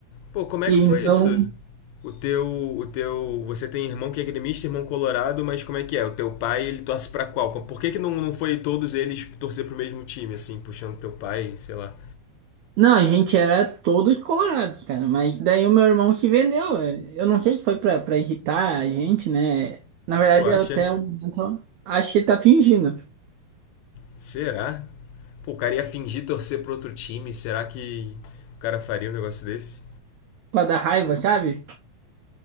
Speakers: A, on the left; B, on the right.
A: Pô, como é
B: e
A: que foi
B: então
A: isso? O teu, o teu, você tem irmão que é gremista, irmão colorado, mas como é que é? O teu pai, ele torce pra qual? Por que que não, não foi todos eles torcer pro mesmo time, assim, puxando teu pai, sei lá?
B: Não, a gente era todos colorados, cara. Mas daí o meu irmão se vendeu. é. Eu não sei se foi pra, pra irritar a gente, né? Na verdade,
A: Tu acha?
B: eu até o momento acho que tá fingindo.
A: Será? Pô, o cara ia fingir torcer pro outro time, será que o cara faria um negócio desse?
B: Pra dar raiva, sabe?